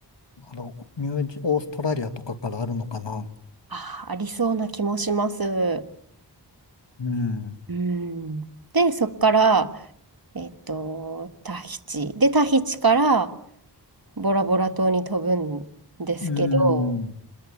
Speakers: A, on the left; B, on the right.
A: あの、ニュージー、オーストラリアとかからあるのかな。
B: あー、ありそうな気もします。
A: うん、
B: うん。で、そこから、えっと、タヒチ。で、タヒチからボラボラ島に飛ぶんですけど、
A: うん、